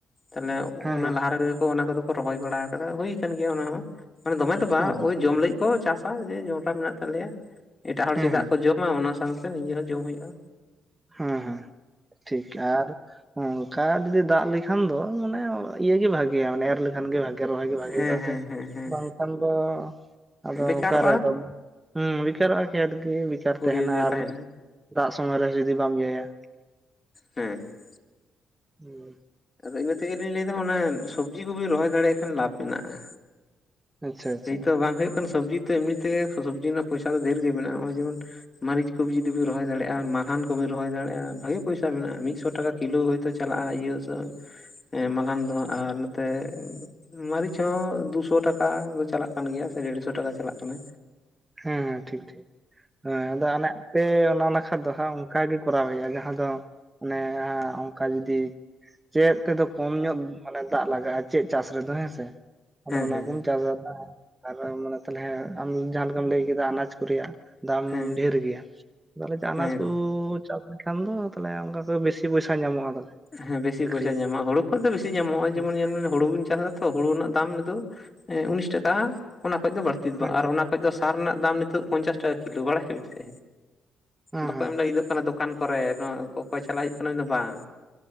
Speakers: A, on the left; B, on the right.
A: ᱛᱟᱦᱚᱞᱮ
B: ᱦᱮᱸ
A: ᱚᱱᱟ
B: ᱦᱮᱸ
A: ᱞᱟᱦᱟ ᱨᱮᱜᱮ ᱠᱚ ᱚᱱᱟ ᱠᱚᱫᱚ ᱠᱚ ᱨᱚᱦᱚᱭ ᱵᱟᱲᱟ ᱠᱟᱫᱟ, ᱦᱩᱭ ᱠᱟᱱ ᱜᱮᱭᱟ ᱚᱱᱟ ᱦᱚᱸ ᱢᱟᱱᱮ ᱫᱚᱢᱮ ᱫᱚ
B: ᱦᱮᱸ
A: ᱵᱟᱝ ᱳᱭ ᱡᱚᱢ ᱞᱟᱹᱜᱤᱫ ᱠᱚ ᱪᱟᱥᱟ ᱡᱮ ᱡᱚᱱᱰᱨᱟ ᱢᱮᱱᱟᱜ ᱛᱟᱞᱮᱭᱟ ᱮᱴᱟᱜ ᱦᱚᱲ
B: ᱦᱮᱸ
A: ᱪᱮᱫᱟᱜ
B: ᱦᱮᱸ
A: ᱠᱚ ᱡᱚ ᱢᱟ ᱚᱱᱟ ᱥᱟᱸᱣᱛᱮ ᱱᱤᱡᱮ ᱦᱚᱸ ᱡᱚᱢ ᱦᱩᱭᱩᱜᱼᱟ᱾
B: ᱦᱮᱸ ᱦᱮᱸ ᱴᱷᱤᱠ ᱟᱨ ᱚᱱᱠᱟ ᱡᱩᱫᱤ ᱫᱟᱜ ᱞᱮᱠᱷᱟᱱ ᱫᱚ ᱢᱟᱱᱮ ᱤᱭᱟᱹᱜᱤ ᱵᱷᱟᱹᱜᱮᱭᱟ ᱢᱟᱱᱮ ᱮᱨ ᱞᱮᱠᱷᱟᱱ ᱜᱮ ᱵᱷᱟ ᱜᱮ ᱨᱚᱦᱚᱭ ᱜᱮ ᱵᱷᱟᱹᱜᱤᱭᱟ
A: ᱦᱮᱸ
B: ᱪᱮᱫᱟᱜ
A: ᱦᱮᱸ
B: ᱥᱮ
A: ᱦᱮᱸ ᱦᱮᱸ
B: ᱵᱟᱝ ᱠᱷᱟᱱ ᱫᱚ ᱟᱫᱚ
A: ᱵᱮᱠᱟᱨᱚᱜᱼᱟ
B: ᱚᱠᱟᱨᱮ ᱟᱫᱚ ᱦᱮᱸ ᱵᱮᱠᱟᱨᱚᱜᱼᱟ ᱠᱷᱮᱛ ᱜᱮ ᱵᱮᱠᱟᱨ
A: ᱯᱩᱲᱤᱭᱟᱹ
B: ᱛᱟᱦᱮᱸᱱᱟ
A: ᱜᱮ
B: ᱟᱨ
A: ᱛᱟᱦᱮᱱᱟ
B: ᱫᱟᱜ ᱥᱚᱢᱚᱭ ᱨᱮᱦᱚᱸ ᱡᱩᱫᱤ ᱵᱟᱢ ᱤᱭᱟᱹᱭᱟ᱾
A: ᱦᱮᱸ᱾
B: <inaudible>
A: ᱟᱫᱚ ᱤᱱᱟᱹ ᱛᱮᱜᱮ ᱞᱤᱧ ᱞᱟᱹᱭ ᱫᱟ, ᱚᱱᱟ ᱥᱚᱵᱽᱡᱤ ᱠᱚᱵᱤᱱ ᱨᱚᱦᱚᱭ ᱫᱟᱲᱮᱭᱟᱜ ᱠᱷᱟᱱ ᱞᱟᱵᱷ ᱢᱮᱱᱟᱜᱼᱟ᱾
B: ᱟᱪᱪᱷᱟ ᱟᱪᱪᱷᱟ
A: ᱥᱮᱭ ᱛᱚ ᱵᱟᱝ ᱦᱩᱭᱩᱜ ᱠᱟᱱᱟ ᱥᱚᱵᱽᱡᱤ ᱛᱮ ᱮᱢᱱᱤ ᱛᱮᱜᱮ ᱥᱚᱵᱽᱡᱤ ᱨᱮᱱᱟᱜ ᱯᱚᱭᱥᱟ ᱫᱚ ᱰᱷᱮᱨ ᱜᱮ ᱢᱮᱱᱟᱜᱼᱟ, ᱱᱚᱸᱜᱼᱚᱭ ᱡᱮᱢᱚᱱ ᱢᱟᱹᱨᱤᱪ ᱠᱚ ᱡᱩᱫᱤ ᱵᱤᱱ ᱨᱚᱦᱚᱭ ᱫᱟᱲᱮᱭᱟᱜᱼᱟ ᱟᱨ ᱢᱟᱞᱦᱟᱱ ᱠᱚᱵᱤᱱ ᱨᱚᱦᱚᱭ ᱫᱟᱲᱮᱭᱟᱜᱼᱟ ᱵᱷᱟᱹᱜᱤ ᱯᱚᱭᱥᱟ ᱢᱮᱱᱟᱜᱼᱟ ᱾ᱢᱤᱫᱥᱚ ᱴᱟᱠᱟ ᱠᱤᱞᱳ ᱦᱚᱭᱛᱚ ᱪᱟᱞᱟᱜᱼᱟ, ᱤᱭᱟᱹ ᱥᱚ ᱦᱮᱸ ᱢᱟᱞᱦᱟᱱ ᱫᱚ ᱦᱟᱸᱜ ᱟᱨ ᱱᱚᱛᱮ ᱢᱟᱹᱨᱤᱪ ᱦᱚᱸ ᱫᱩᱥᱚ ᱴᱟᱠᱟ ᱨᱳᱡ ᱪᱟᱞᱟᱜ ᱠᱟᱱ ᱜᱮᱭᱟ ᱥᱮ ᱰᱮᱲᱥᱚ ᱴᱟᱠᱟ ᱪᱟᱞᱟᱜ ᱠᱟᱱᱟ᱾
B: ᱦᱮᱸ ᱦᱮᱸ ᱴᱷᱤᱠ ᱴᱷᱤᱠ ᱦᱮᱸ ᱟᱫᱚ ᱚᱱᱟ ᱯᱮ ᱚᱱᱟ ᱱᱟᱠᱷᱟ ᱫᱚ ᱦᱟᱸᱜ ᱚᱱᱠᱟ ᱜᱮ ᱠᱚᱨᱟᱣ ᱦᱩᱭᱩᱜᱼᱟ, ᱡᱟᱦᱟᱸ ᱫᱚ ᱚᱱᱮ ᱚᱝᱠᱟ ᱡᱩᱫᱤ ᱪᱮᱫ ᱛᱮᱫᱚ ᱠᱚᱢ ᱧᱚᱜ ᱢᱟᱱᱮ ᱫᱟᱜ ᱞᱟᱜᱟᱜᱼᱟ ᱪᱮᱫ ᱪᱟᱥ ᱨᱮᱫᱚ ᱦᱮᱸᱥᱮ᱾ ᱟᱫᱚ ᱚᱱᱟ
A: ᱦᱮᱸ
B: ᱠᱚᱢ
A: ᱦᱮᱸ
B: ᱪᱟᱥᱫᱟ <unintelligible> ᱟᱨ ᱢᱟᱱᱮ ᱛᱟᱦᱚᱞᱮ ᱟᱢ ᱡᱟᱦᱟᱸ ᱞᱮᱠᱟᱢ ᱞᱟᱹᱭ ᱠᱮᱫᱟ ᱟᱱᱟᱡ ᱠᱚ ᱨᱮᱭᱟᱜ ᱫᱟᱢ
A: ᱦᱮᱸ
B: ᱰᱷᱮᱨ ᱜᱮᱭᱟ, ᱛᱟᱦᱚᱞᱮ ᱟᱱᱟᱡ
A: ᱦᱮᱸ
B: ᱠᱚ ᱪᱟᱥ ᱞᱮᱠᱷᱟᱱ ᱫᱚ ᱛᱟᱦᱚᱞᱮ ᱚᱱᱠᱟ ᱠᱚ ᱵᱮᱥᱤ ᱯᱚᱭᱥᱟᱹ ᱧᱟᱢᱚᱜᱼᱟ ᱛᱟᱦᱚᱞᱮ᱾
A: ᱦᱮᱸ ᱵᱮᱥᱤ
B: ᱟᱹᱠᱷᱨᱤᱧ
A: ᱯᱚᱭᱥᱟ ᱧᱟᱢᱚᱜᱼᱟ ᱦᱩᱲᱩ ᱠᱷᱚᱡ ᱫᱚ ᱵᱮᱥᱤ ᱧᱟᱢᱚᱜ ᱱᱚᱸᱜᱼᱚᱭ
B: ᱦᱮᱸ
A: ᱡᱮᱢᱚᱱ ᱧᱮᱞᱵᱤᱱ ᱦᱩᱲᱩ ᱵᱤᱱ ᱪᱟᱥᱟ ᱛᱚ ᱦᱩᱲᱩ ᱨᱮᱱᱟᱜ ᱫᱟᱢ ᱱᱤᱛᱚᱜ ᱩᱱᱤᱥ ᱴᱟᱠᱟ ᱚᱱᱟ ᱠᱷᱚᱡ ᱫᱚ ᱵᱟᱹᱲᱛᱤ ᱫᱚ
B: ᱦᱮᱸ
A: ᱵᱟᱝ ᱾ᱟᱨ ᱚᱱᱟ ᱠᱷᱚᱡ ᱫᱚ ᱥᱟᱨ ᱨᱮᱱᱟᱜ ᱫᱟᱢ ᱱᱤᱛᱚᱜ ᱯᱚᱧᱪᱟᱥ ᱴᱟᱠᱟ ᱠᱤᱞᱳ, ᱵᱟᱲᱟᱭ ᱟᱹᱵᱤᱱ ᱥᱮ, ᱵᱟᱠᱚ
B: ᱦᱮᱸ
A: ᱮᱢ ᱞᱟᱹᱜᱤᱫᱚᱜ ᱠᱟᱱᱟ ᱫᱚ ᱠᱟᱱ ᱠᱚᱨᱮ ᱱᱚᱣᱟ ᱠᱚᱠᱚᱭ ᱪᱟᱞᱟᱜ ᱦᱩᱭᱩᱜ ᱠᱟᱱᱟ ᱢᱮᱱ ᱫᱟ ᱵᱟᱝ᱾